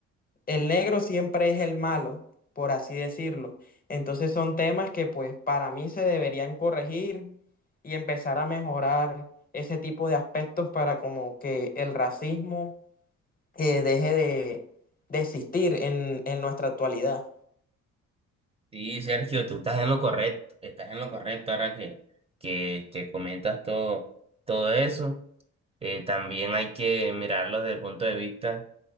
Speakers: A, on the left; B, on the right.
A: el negro siempre es el malo, por así decirlo. Entonces son temas que pues para mí se deberían corregir y empezar a mejorar ese tipo de aspectos para como que el racismo eh, deje de, de existir en en nuestra actualidad.
B: Sí, Sergio, tú estás en lo correcto, estás en lo correcto ahora que, que, que comentas todo, todo eso. Eh, también hay que mirarlo desde el punto de vista